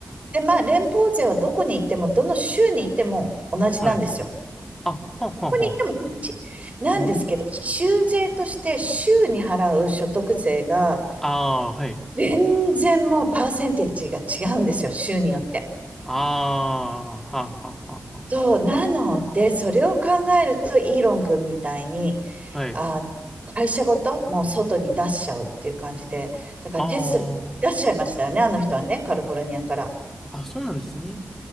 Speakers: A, on the right; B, in the centre.
A: で、まあ、連邦税はどこに行っても、どの州に行っても同じなんですよ。
B: はい。あ、ははは。
A: どこに行っても同じ。なんですけど、
B: うん。
A: 州税として州に払う所得税が、
B: ああ、はい。
A: 全然もうパーセンテージが違うんですよ、州によって。
B: ああ、はははは。
A: そう、なので、それを考えると、イーロン君みたいに、
B: はい。
A: あ、会社ごともう外に出しちゃうっていう感じで、だからテスラ出しちゃいましたよね、
B: あ
A: あの人はね、カリフォルニアから。
B: あ、あ、そうなんですね。